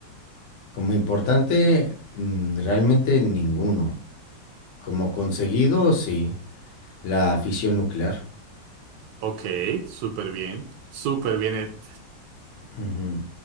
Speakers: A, on the left (about 60°); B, on the right (about 70°).
A: Como importante, mm, realmente ninguno. Como conseguido, sí, la fisión nuclear.
B: Ok, súper bien, súper bien. eh,
A: Ujú.